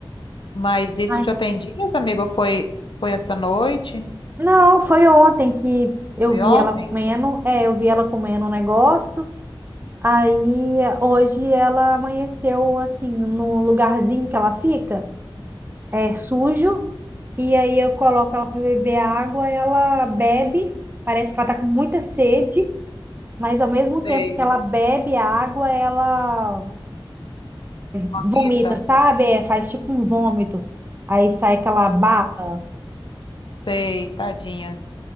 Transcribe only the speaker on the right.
Ai,
não, foi ontem que eu
vi
ela comendo, é, eu vi ela comendo um negócio, aí hoje ela amanheceu assim, no lugarzinho que ela fica, é sujo, e aí eu coloco ela para beber água, ela bebe, parece que ela tá com muita sede, mas ao mesmo
tempo que ela bebe a água, ela
vomita, sabe? É, faz tipo um vômito, aí sai aquela baba.